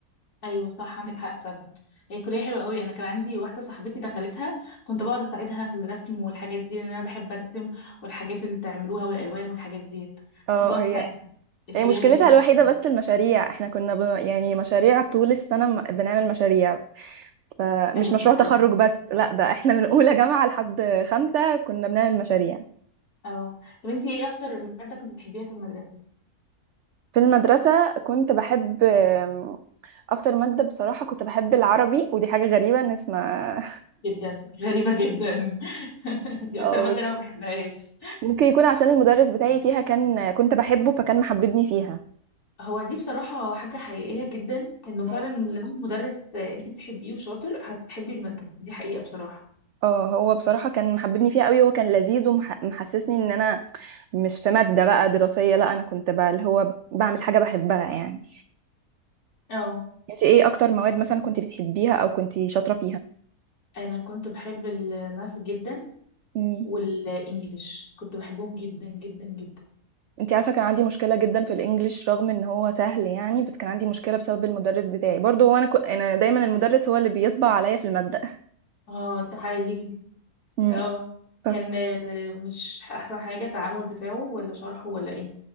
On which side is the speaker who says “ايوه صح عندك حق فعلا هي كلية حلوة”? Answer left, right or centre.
Left